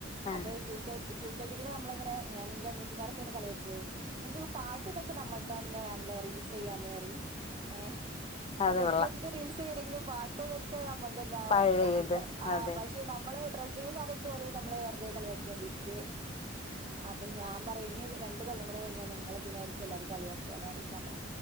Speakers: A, on the left; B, on the right.
A: ആ
B: അപ്പൊ റ്റു കെ കി റ്റു കെ കിഡ് നമ്മളങ്ങെനെ ഞാന് ന്റെ അനിയത്തിമാരൊക്കെ ഇന്നെ കളിയ നിങ്കോക്ക പാട ഇതൊക്കെ നമ്മൾ തന്നെ വേണ്ട റീ <unintelligible> ഏ
A: അത്
B: ഓല്ക്
A: കൊള്ളാം
B: എന്ത് റീല് എന്തെയിണങ്കിലും പാ നമ്മൾ തന്നെ ആകും.
A: പഴയത്
B: ആ
A: അതെ
B: പക്ഷെ നമ്മള് ഡ്ര <unintelligible> കാര്യൊക്കെ ഓല് നമ്മളെ വെറ്തെ കളിയാക്യോണ്ടിരുകേ അപ്പം ഞാം പറയും ഞ് രണ്ട് കൊല്ലംകൂടെ കഴിഞ്ഞ നിങ്ങളെ ഇതിനായിരിക്കു എല്ലാരു കളിയാകാ ന്നറിം കാര്നെ